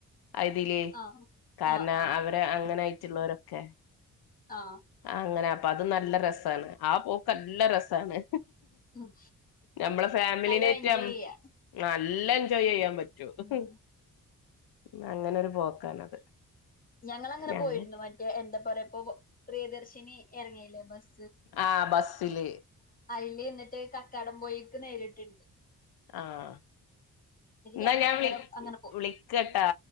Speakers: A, on the left; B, on the left.
A: അതില്
B: ആ
A: കാരണം
B: ആ ആ
A: അവര് അങ്ങനെ <unintelligible>
B: ആ
A: അങ്ങനെ അപ്പ അത് നല്ല രസണ് ആപോക്ക് നല്ല രസാണ്
B: ഉം.
A: നമ്മളെ ഫാമിലീനെറ്റ്
B: നല്ല എൻജോയ് ചെയ്യാ
A: നല്ല എൻജോയ് ചെയ്യൻ പറ്റും റ്റു
B: ഉം
A: അങ്ങനൊരു പോക്കാണത്
B: ഞങ്ങള് അങ്ങനെ
A: ഞങ്ങ
B: പോയിരുന്നു മറ്റേ എന്താ പറയപ്പോ പ്രിയദർശിനി ഇറങ്ങയില്ലേ ബസ്
A: ആഹ് ബസ്സില്
B: ഇനി എന്നിട്ട് കക്കാടം പോയിക്ക് നേരിട്ട്ണ്ട്
A: ആഹ് എന്നാ
B: ഞങ്ങളങ്ങനെ
A: ഞാൻ വിളി
B: അങ്ങനെ അങ്ങനെ പോ
A: വിളിക്കട്ടാ